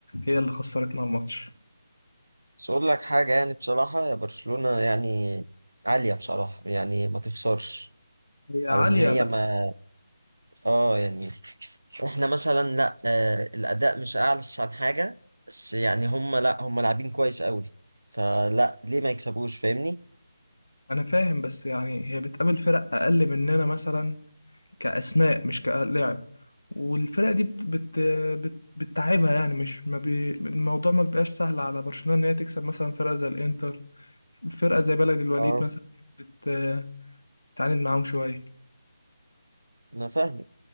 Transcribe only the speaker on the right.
بس اقول لك حاجة يعني بصراحة يا برشلونة يعني عالية بصراحة يعني ما تخسرش
او ان هي ما اه يعني احنا مثلا لا آه الاداء مش اعلى عن حاجه بس يعني هم لا هم لاعبين كويس قوي فلا ليه ما يكسبوش فاهمني
اه
انا فاهم